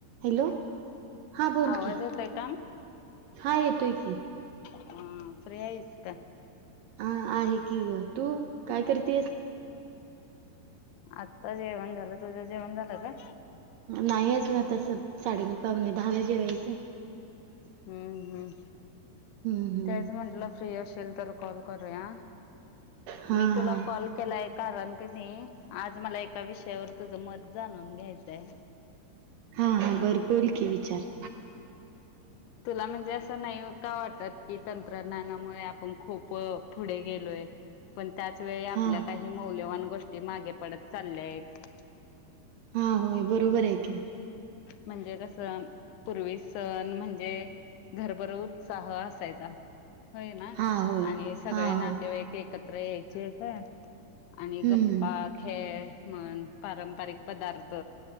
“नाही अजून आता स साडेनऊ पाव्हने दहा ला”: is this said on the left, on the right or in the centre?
Right